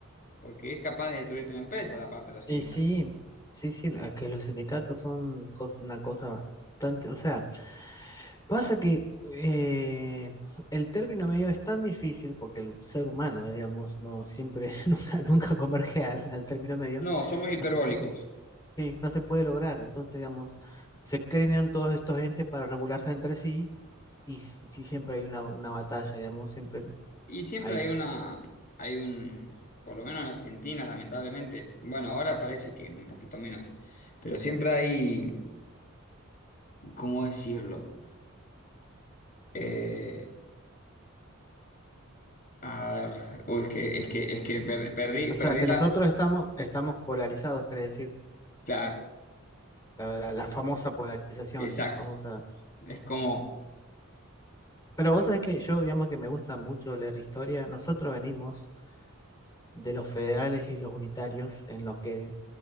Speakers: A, on the left; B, on the left.
A: porque es capaz de destruirte una empresa la parte de los sindicatos.
B: Y sí, sí, sí, es que los sindicatos son cos- una cosa bastante, o sea, pasa que eh, el término medio es tan difícil porque el ser humano, eh, digamos, no siempre, <laughs> nunca, nunca converge al, al término medio,
A: No, somos hiperbólicos.
B: no se, no se- sí, no se puede lograr. Entonces, digamos, se crean todos estos entes para regularse entre sí Y si si siempre hay una, una batalla, digamos, siempre
A: Y siempre
B: hay...
A: hay una, hay un, por lo menos en Argentina, lamentablemente, es- bueno, ahora parece que un poquito menos, pero siempre hay, ¿cómo decirlo? Eh, a ver, uy, es que, es que, es que per- perdí,
B: O sea,
A: perdí
B: que
A: la,
B: nosotros estamos, estamos polarizados, quiere decir,
A: claro,
B: la, la- la famosa polarización,
A: exacto.
B: la famosa...
A: Es como,
B: Pero vos sabés que yo, digamos que me gusta mucho leer historia, nosotros venimos de los federales y los unitarios, en los que